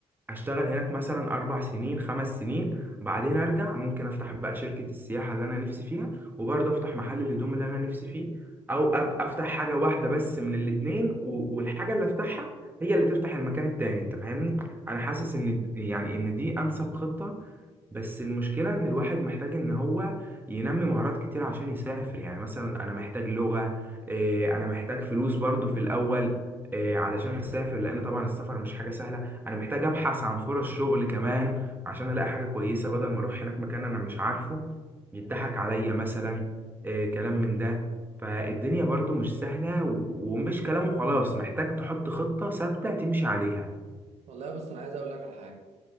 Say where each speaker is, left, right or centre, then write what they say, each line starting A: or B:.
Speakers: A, on the right; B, on the right.
A: هشتغل هناك مثلا أربع سنين خمس سنين بعدين أرجع ممكن أفتح بقى شركة السياحة اللي أنا نفسي فيها وبرضه أفتح محل الهدوم اللي أنا نفسي فيه أو أب- أفتح حاجة واحدة بس من الاتنين و- والحاجة اللي أفتحها هي اللي تفتح المكان التاني أنت فاهمني؟ أنا حاسس
B: والله
A: إن يعني إن دي أنسب خطة بس المشكلة إن الواحد محتاج إن هو ينمي مهارات كتير عشان يسافر يعني مثلا أنا محتاج لغة إيه، أنا محتاج فلوس برضه في الأول إيه، علشان أسافر لأن طبعا السفر مش حاجة سهلة انا محتاج ابحث عن فرص شغل كمان عشان الاقي حاجه كويسه بدل ما اروح هناك مكان انا مش عارفه يضحك عليا مثلا آه، كلام من ده فالدنيا برضو مش سهله و- ومش كلام وخلاص محتاج تحط خطه ثابته تمشي عليها
B: والله بص انا عايز اقول لك على حاجه